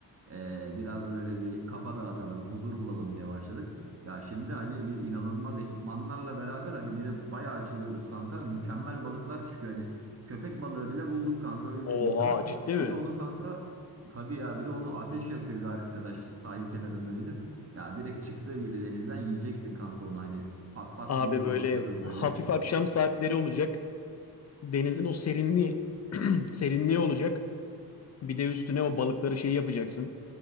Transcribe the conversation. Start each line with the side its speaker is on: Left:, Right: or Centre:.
Right: eee, biraz böyle bir kafa dağıtalım, huzur bulalım diye başladık. Ya şimdi hani biz inanılmaz ekipmanlarla beraber hani bir de bayağı açılıyoruz kanka. Mükemmel balıklar çıkıyor hani köpek balığı bile bulduk kanka öyle
Left: Oha
Right: diyeyim sana.
Left: ciddi mi?
Right: Bir de onu kanka tabii ya bir de onu ateş yakıyor bir arkadaş sahil kenarında bizim. Ya direkt çıktığı gibi denizden yiyeceksin kanka onu hani pat pat
Left: Abi
Right: yiyoruz
Left: böyle
Right: atıyoruz
Left: hafif
Right: böyle.
Left: akşam saatleri olacak. Denizin o serinliği <clears throat> serinliği olacak. Bir de üstüne o balıkları şey yapacaksın.